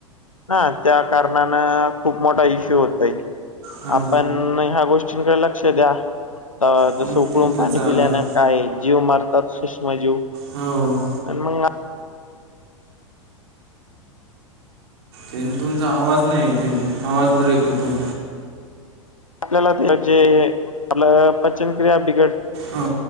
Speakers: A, on the left (about 80°); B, on the right (about 55°).
A: ना त्या खूप मोठा इशू होतय
B: हो
A: आपण ह गोष्ट कडे लक्ष द्या
B: हो
A: जसं उकळून
B: ते
A: पाणी
B: तर चालू
A: पिल्यान
B: आहे
A: काय जीव मारतात सुूष्माजीव
B: हो.
A: ह मंग
B: ते तूंचा आवाज नाही येथे आवाज ब्रेक होतो
A: आपल्याला ते जे आपलं पचनक्रिया बिघड.
B: ह.